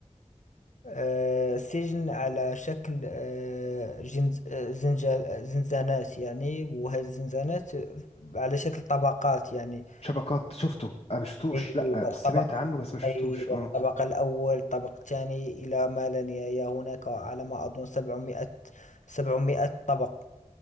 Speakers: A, on the left; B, on the left.
A: آه، سجن على شكل آه، جنز- آه، زنجال زنزانات يعني وهذه الزنزانات على شكل طبقات يعني
B: شبكات شفته اه ما شفتوش
A: أيوة
B: لا
A: الطبق
B: سمعت عنه بس ما شفتوش
A: أيوة
B: اه
A: الطبق الأول الطبق الثاني إلى ما لا نهاية هناك على ما أظن سبعمائة سبعمائة طبق